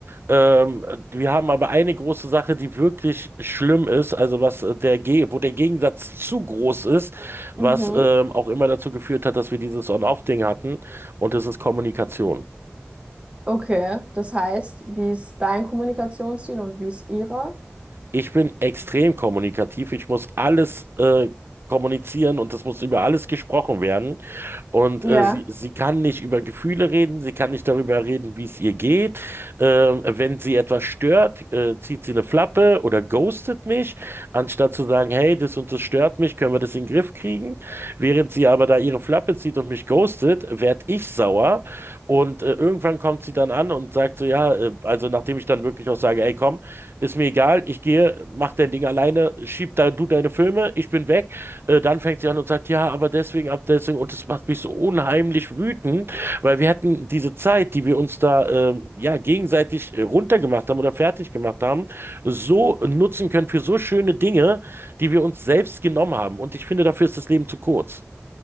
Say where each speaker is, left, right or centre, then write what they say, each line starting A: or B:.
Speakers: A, on the right (about 60°); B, on the right (about 25°).
A: Ähm, wir haben aber eine große Sache, die wirklich schlimm ist, also was äh, der Ge wo der Gegensatz zu groß ist, was
B: Mhm.
A: ähm, auch immer dazu geführt hat, dass wir dieses On-Off-Ding hatten, und das ist Kommunikation.
B: Okay, das heißt, wie ist dein Kommunikationsziel und wie ist ihrer?
A: Ich bin extrem kommunikativ. Ich muss alles äh, kommunizieren und es muss über alles gesprochen werden. Und
B: Ja.
A: äh, sie, sie kann nicht über Gefühle reden, sie kann nicht darüber reden, wie es ihr geht. Ähm, wenn sie etwas stört, äh, zieht sie eine Flappe oder ghostet mich, anstatt zu sagen, hey, das und das stört mich, können wir das in den Griff kriegen. Während sie aber da ihre Flappe zieht und mich ghostet, werd ich sauer. Und äh, irgendwann kommt sie dann an und sagt so, ja, äh, also nachdem ich dann wirklich auch sage, ey, komm, ist mir egal, ich gehe, mach dein Ding alleine, schieb da du deine Filme, ich bin weg. Äh, dann fängt sie an und sagt, ja, aber deswegen, ab deswegen, und das macht mich so unheimlich wütend, weil wir hätten diese Zeit, die wir uns da äh, ja gegenseitig äh, runtergemacht haben oder fertig gemacht haben, so nutzen können für so schöne Dinge, die wir uns selbst genommen haben. Und ich finde, dafür ist das Leben zu kurz.